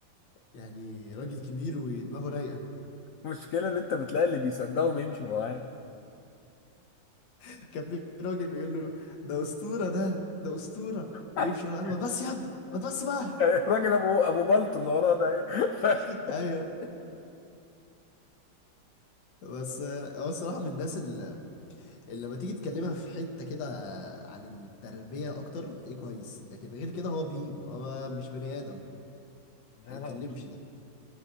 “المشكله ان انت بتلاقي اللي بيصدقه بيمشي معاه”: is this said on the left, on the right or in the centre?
Left